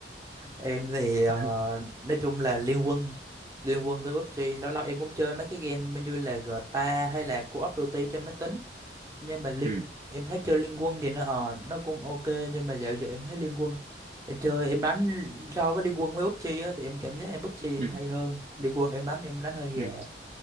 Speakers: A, on the right; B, on the right.
A: Em thì ờ,
B: <laughs>
A: nói chung là liên quân liên quân với PUBG lâu lâu em cũng chơi mấy cái game như là GTA hay là Call of Duty trên máy tính nhưng mà liên
B: ừ
A: em thấy chơi liên quân thì nó ờ nó cũng ok nhưng mà dạo giờ em thấy liên quân em chơi em đánh so với liên quân với PUBG á, thì em cảm giác em PUBG
B: ừ
A: em hay hơn liên quân em đánh em đánh hơi gà
B: ừ